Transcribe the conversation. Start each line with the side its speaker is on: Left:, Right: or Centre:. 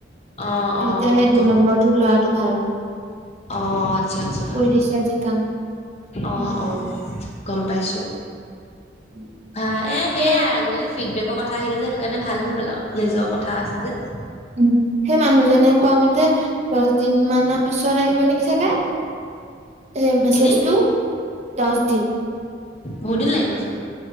Left: অ অ
Right: এতিয়া সেই দুই
Left: গম
Right: নম্বৰটো, লৰাটো ভাল ।
Left: অ, আচ্ছা আচ্ছা।
Right: দিছে আজি কাম
Left: অ,
Right: উম
Left: অ, গম পাইছো।
Right: উম <unintelligible>
Left: ভাল এ সেয়াই
Right: হে।
Left: আজিকালি ফিডবেকৰ কথা আহিলে যে সেইটো কাৰণে ভাল হৈ গ'ল আৰু নিজৰ কথা আছে যে
Right: উম সেই মানুহজনে কোৱা মতে দছ দিন মানৰ পিছত আহিব নেকি চাগে এ মেছেজটো।
Left: কেইদিন
Right: দচ দিন ।
Left: বহুত দিন লাগিব চোন।